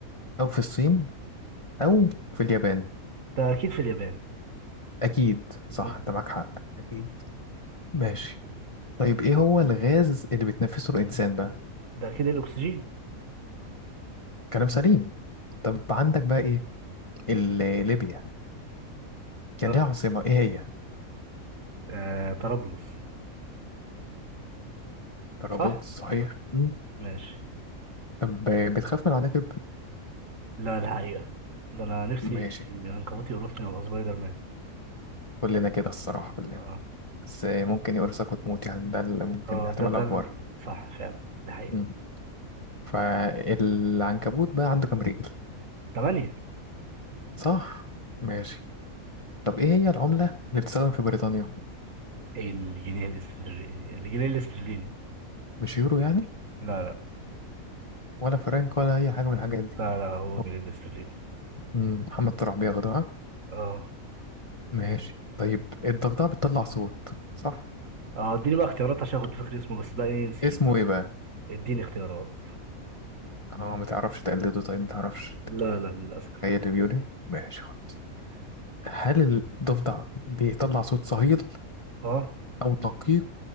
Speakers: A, on the left; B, on the right.
A: او في الصين او في اليابان
B: ده اكيد في اليابان
A: اكيد صح
B: مم.
A: انت معاك حق اكيد ماشي طيب ايه هو الغاز اللي بيتنفسه الانسان بقى
B: ده اكيد الاكسجين
A: كلام سليم طب عندك بقى ايه ال- ليبيا كان
B: اه
A: ليها عاصمة ايه هي
B: آه، طرابلس
A: طرابلس
B: صح
A: صحيح مم.
B: ماشي
A: طب بتخاف من العناكب
B: لا الحقيقة ده انا نفسي
A: ماشي
B: عنكبوت يقرصني وابقى سبايدر مان
A: كلنا كده الصراحة كلنا
B: اه
A: بس ممكن يقرصك وتموت يعني ده اللي ممكن
B: اه
A: احتمال
B: ده ده
A: أكبر
B: ال- صح فعلا ده حقيقة
A: مم. فالعنكبوت بقى عنده كام رجل
B: ثمانية
A: صح ماشي طب إيه هي العملة اللي بتستخدم في بريطانيا
B: الجنيه الاسترليني الجنيه الاسترليني
A: مش يورو يعني
B: لا لا
A: ولا فرنك ولا أي حاجة من الحاجات دي
B: لا لا هو
A: هو-
B: جنيه الاسترليني
A: مم، محمد طلع بياخدها
B: اه
A: ماشي طيب الضفدعة بتطلع صوت صح
B: اه اديني بقى اختيارات عشان كنت فاكر اسمه بس بقى ايه نسيت
A: اسمه
B: بقى
A: إيه بقى
B: اديني اختيارات
A: اه متعرفش تقلده طيب متعرفش
B: لا لا للاسف
A: تخيل البيوني ماشي خلاص هل الضفدع بيطلع صوت صهيل
B: اه
A: أو دقيق